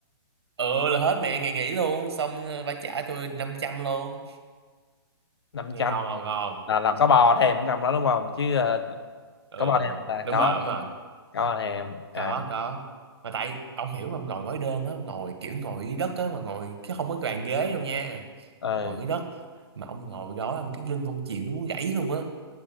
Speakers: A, on the right; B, on the left.
A: <laughs> ừ là hết mẹ ngày nghỉ luôn xong ờ, bà trả tôi 500 luôn
B: năm
A: nghe
B: trăm
A: ngon ngon ngon
B: là là có bò thèm trong đó đúng không chứ ờ,
A: ừ
B: có bò thêm là
A: đúng
B: có
A: rồi đúng rồi
B: có bò thêm
A: có
B: à
A: có mà tại ông hiểu mà ông ngồi gói đơn á ngồi kiểu ngồi dưới đất á mà ngồi cái không có bàn ghế đâu nha
B: ừ,
A: ngồi dưới đất mà ông ngồi gói ông cái lưng ông chịu nó muốn gãy luôn á